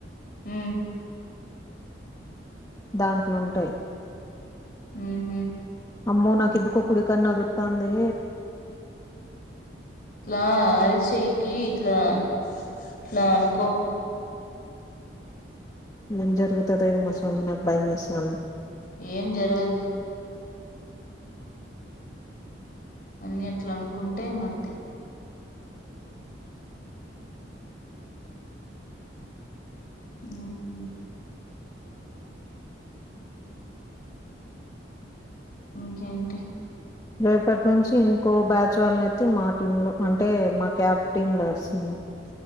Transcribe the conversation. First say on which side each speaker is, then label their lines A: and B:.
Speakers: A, on the left; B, on the left.
A: హ్మ్
B: దాంట్లో ఉంటాయి
A: హ్ హ్మ్
B: అమ్మో నాకి ఎందుకో కుడి కన్నా ఆదర్తందే
A: ఇట్లా అరిచెయ్ కి ఇట్లా ఇట్లా అనుకో
B: ఎంజరుగుతదెమో స్వామి నాకు భయం వేస్తాంది
A: ఏం జరగదు లే అన్ని అట్ల అనుకుంటే ఇంగంతే హ్మ్ ఇంకేంటి
B: రేపటి నుంచి ఇంకో బ్యాచ్ వాళ్ళనయితే మా టీమ్ లో అంటే మా క్యాబ్ టీమ్ లో వస్తుంది